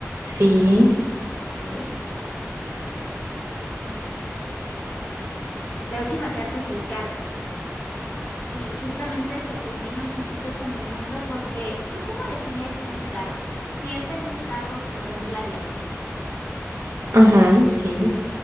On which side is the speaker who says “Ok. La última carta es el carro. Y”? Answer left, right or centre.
Left